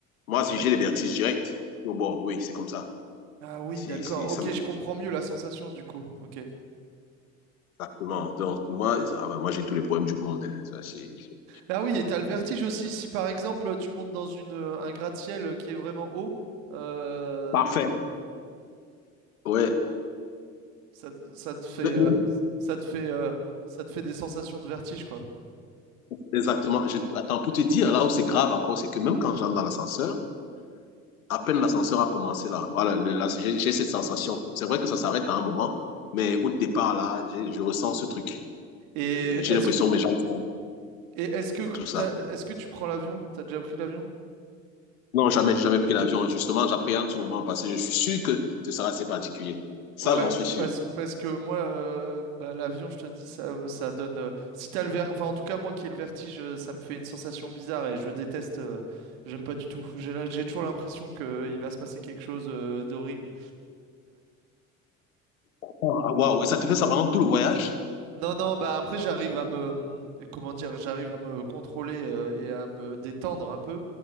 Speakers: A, on the left; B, on the right.
A: Moi, si
B: Ouais.
A: j'ai les vertiges directs, au bord, oui, c'est comme ça.
B: Ah oui,
A: C'est,
B: d'accord.
A: c'est, ça
B: Ok,
A: me
B: je
A: fait
B: comprends mieux la sensation du coup. Ok.
A: exactement. Donc, moi, ça- ah ouais, moi j'ai tous les problèmes du monde. hein. Ça, c'est, c'est-
B: Ah oui, et t'as le vertige aussi. Si par exemple tu montes dans une euh, un gratte-ciel qui est vraiment haut, euh,
A: Parfait. ouais.
B: ça, ça te fait
A: De-
B: euh,
A: de-
B: ça te fait euh, ça te fait des sensations de vertige quoi.
A: Exactement. Je- attends, pour te dire, là où c'est grave encore, c'est que même quand j'entre dans l'ascenseur, à peine l'ascenseur a commencé là, voilà, le- là, j'ai j'ai cette sensation. C'est vrai que ça s'arrête à un moment, mais au départ, là, j'ai- je ressens ce truc.
B: Et
A: Euh, J'ai
B: est-ce
A: l'impression que mes jambes sont
B: Et est-ce que
A: et tout ça.
B: t'as- est-ce que tu prends l'avion? T'as déjà pris l'avion?
A: Non, jamais, j'ai jamais pris l'avion. Justement, j'appréhende ce moment parce que je suis sûr que ce sera assez particulier. Ça,
B: Ouais,
A: j'en suis sûr.
B: parce, parce que moi, euh, bah, l'avion, je te dis, ça, ça donne. euh, si t'as le ver... enfin, en tout cas, moi qui ai le vertige, euh, ça me fait une sensation bizarre et je déteste. euh, j'aime pas du tout. J'ai la- j'ai toujours l'impression qu'il va se passer quelque chose euh, d'horrible.
A: Ah, Waouh! Et ça te fait ça pendant tout le voyage?
B: Non, non, bah après j'arrive à me, comment dire, j'arrive à me contrôler euh, et à me détendre un peu.